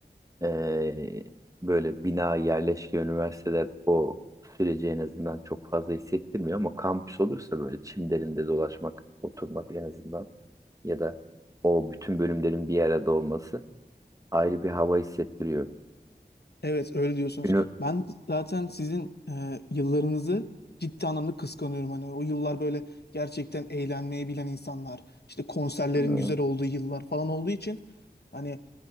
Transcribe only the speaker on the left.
Evet öyle diyorsunuz.
Ben zaten sizin e, yıllarınızı ciddi anlamda kıskanıyorum. Hani o yıllar böyle gerçekten eğlenmeyi bilen insanlar, işte konserlerin
güzel olduğu yıllar falan olduğu için hani